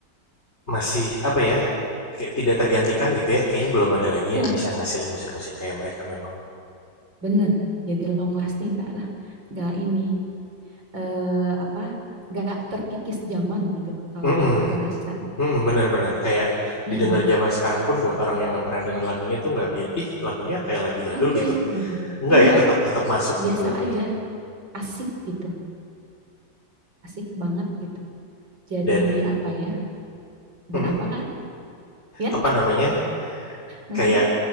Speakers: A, on the left; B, on the right.
A: masih apa ya? Kayak tidak tergantikan gitu ya. Kayaknya belum ada lagi
B: Iya,
A: yang bisa ngasilin musik-musik kayak mereka memang.
B: bener. Jadi long lasting Kak lah. Gak ini eh apa? Gak terkikis zaman gitu. Kalau
A: Mm-mm.
B: aku rasa,
A: Mhm, benar bener, kayak
B: "Mm-mm,
A: didengar zaman sekarang pun buat orang yang nggak pernah denger lagunya tuh nggak bil "Ih, lagunya kayak lagu jadul,"
B: oke
A: gitu.
B: gitu.
A: Enggak
B: Enggak,
A: ya, tetap tetap masuk
B: biasa
A: gitu lagunya.
B: aja, asik gitu, asik banget gitu. Jadi
A: Dan
B: apa ya?
A: mhm,
B: Dan apa Kak? Ya,
A: apa namanya,
B: Heeh.
A: kayak